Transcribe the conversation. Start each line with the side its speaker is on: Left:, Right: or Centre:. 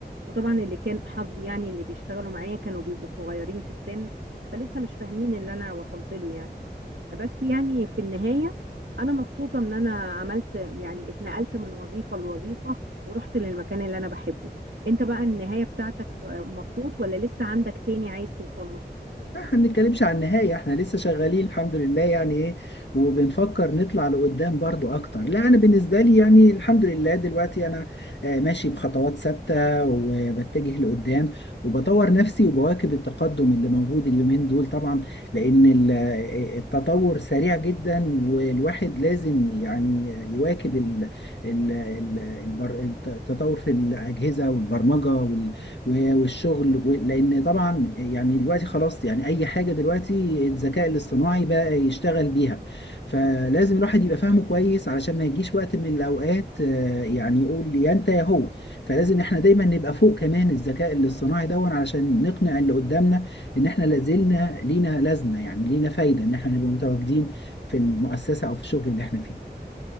Right: وطبعا اللي كان حظي يعني اللي بيشتغلوا معايا كانوا بيبقوا صغيرين في السن فلسه مش فاهمين اللي أنا وصلت له يعني بس يعني في النهاية أنا مبسوطة إن أنا عملت يعني اتنقلت من وظيفة لوظيفة ورحت للمكان اللي أنا بحبه أنت بقى النهاية بتاعتك مبسوط ولا لسه عندك تاني عايز توصل له
Left: احنا ما بنتكلمش عن النهاية احنا لسه شغالين الحمد لله يعني ايه وبنفكر نطلع لقدام برضو اكتر لا انا بالنسبة لي يعني الحمد لله دلوقتي انا آه، ماشي بخطوات ثابتة وبتجه لقدام وبطور نفسي وبواكب التقدم اللي موجود اليومين دول طبعا لان ال- آه، التطور سريع جدا والواحد لازم يعني يواكب ال- ال- ال- البر- التطور في الاجهزة والبرمجة و- والشغل و- لان طبعا يعني دلوقتي خلاص يعني اي حاجه دلوقتي الذكاء الاصطناعي بقى يشتغل بيها فلازم الواحد يبقى فاهمه كويس علشان ما يجيش وقت من الاوقات آه، يعني يقول يا انت يا هو فلازم احنا دايما نبقى فوق كمان الذكاء الاصطناعي دون علشان نقنع اللي قدامنا ان احنا لازلنا لينا لازمه يعني لينا فايده ان احنا نبقى متواجدين في المؤسسه او في الشغل اللي احنا فيه